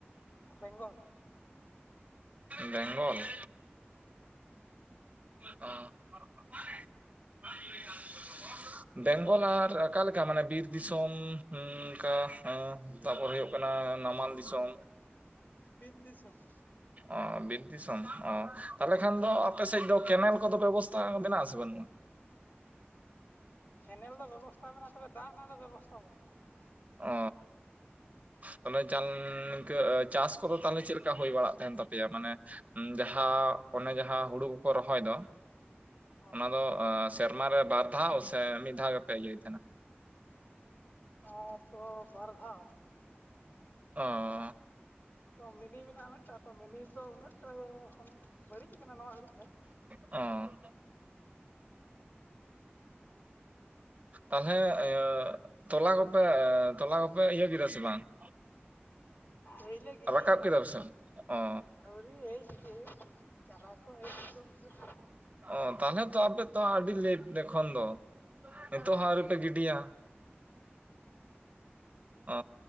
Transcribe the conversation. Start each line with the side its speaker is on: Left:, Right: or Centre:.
Left: ᱵᱮᱝᱜᱚᱞ ᱾
Right: ᱵᱮᱝᱜᱚᱞ? <inaudible> ᱚ ᱾ <inaudible> ᱵᱮᱝᱜᱚᱞ ᱟᱨ ᱚᱠᱟ ᱞᱮᱠᱟ ᱢᱟᱱᱮ ᱵᱤᱨ ᱫᱤᱥᱚᱢᱻ <inaudible> ᱚᱱᱠᱟᱻ ᱚᱸ ᱛᱟᱯᱚᱨ ᱦᱩᱭᱩᱜ ᱠᱟᱱᱟ ᱱᱟᱢᱟᱞ ᱫᱤᱥᱚᱢ ᱾
Left: ᱵᱤᱨ ᱫᱤᱥᱚᱢ ᱾
Right: ᱚ ᱵᱤᱨ ᱫᱤᱥᱚᱢ ᱚ ᱾ ᱛᱟᱦᱚᱞᱮ ᱠᱷᱟᱱ ᱫᱚ ᱟᱯᱮ ᱥᱮᱫ ᱫᱚ ᱠᱮᱱᱮᱞ ᱠᱚᱫᱚ ᱵᱮᱵᱚᱥᱛᱟ ᱢᱮᱱᱟᱜ ᱟᱥᱮ ᱵᱟᱹᱱᱩᱜ-ᱟ?
Left: ᱠᱮᱱᱮᱞ ᱫᱚ ᱵᱮᱵᱚᱥᱛᱟ ᱢᱮᱱᱟᱜ-ᱟ, ᱛᱚᱵᱮ ᱫᱟᱜ ᱨᱮᱱᱟᱜ ᱫᱚ ᱵᱮᱵᱚᱥᱛᱟ ᱵᱟᱹᱱᱩᱜ-ᱟ ᱾
Right: ᱚᱻ ᱛᱟᱦᱚᱞᱮ ᱪᱟᱞ ᱤᱱᱠᱟᱹ ᱪᱟᱥ ᱠᱚᱫᱚ ᱛᱟᱦᱚᱞᱮ ᱪᱮᱫ ᱞᱮᱠᱟ ᱦᱩᱭ ᱵᱟᱲᱟᱜ ᱛᱟᱦᱮᱱ ᱛᱟᱯᱮᱭᱟ ᱢᱟᱱᱮ ᱡᱟᱦᱟᱸ ᱚᱱᱮ ᱡᱟᱦᱟᱸ ᱦᱩᱲᱩ ᱠᱚᱠᱚ ᱨᱚᱦᱚᱭ ᱫᱚ
Left: ᱚ
Right: ᱚᱱᱟ ᱫᱚ ᱥᱮᱨᱢᱟ ᱨᱮ ᱵᱟᱨ ᱫᱷᱟᱣ ᱥᱮ ᱢᱤᱫ ᱫᱷᱟᱣ ᱜᱮᱯᱮ ᱤᱭᱟᱹᱭ ᱛᱟᱦᱮᱱᱟ?
Left: ᱚᱱᱟ ᱛᱚ ᱵᱟᱨ ᱫᱷᱟᱣ ᱾
Right: ᱚᱻ
Left: ᱚ, ᱢᱤᱱᱤ ᱢᱮᱱᱟᱜ-ᱟ ᱢᱤᱫᱴᱟᱝ, ᱛᱚ ᱢᱤᱱᱤ ᱛᱚ ᱩᱱᱟᱹᱜᱴᱟ ᱮᱠᱷᱚᱱ ᱵᱟᱹᱲᱤᱡ ᱠᱟᱱᱟ ᱱᱚᱣᱟ ᱜᱷᱟᱹᱲᱤᱡ ᱫᱚ᱾
Right: ᱚᱻ ᱛᱟᱦᱞᱮ ᱤᱭᱟᱹ ᱛᱚᱞᱟ ᱠᱚᱯᱮ ᱮᱻ ᱛᱚᱞᱟ ᱠᱚᱯᱮ ᱤᱭᱟᱹ ᱠᱮᱫᱟ ᱥᱮ ᱵᱟᱝ? <inaudible>
Left: ᱮᱹᱭᱞᱮ ᱜᱤᱰᱤᱭᱮᱜ-ᱟ᱾
Right: ᱨᱟᱠᱟᱵ ᱠᱮᱫᱟ ᱯᱮᱥᱮ ᱵᱟᱝ ᱚ
Left: ᱟᱹᱣᱨᱤ ᱮᱹᱭ ᱜᱤᱰᱤ ᱦᱩᱭᱩᱜ ᱠᱟᱱᱟ, ᱪᱟᱨᱟ ᱠᱚ ᱮᱹᱭ ᱵᱩᱥᱟᱹᱜ ᱢᱩᱩᱥᱟᱹᱜ ᱠᱟᱱᱟ᱾
Right: ᱚᱻ ᱛᱟᱦᱞᱮ ᱛᱚ ᱟᱯᱮ ᱛᱚ ᱟᱹᱰᱤ ᱞᱮᱴ ᱮᱠᱷᱚᱱ ᱫᱚ, ᱱᱤᱛᱚᱜ ᱦᱚᱸ ᱟᱹᱣᱨᱤᱯᱮ ᱜᱤᱰᱤᱭᱟ᱾ ᱚ,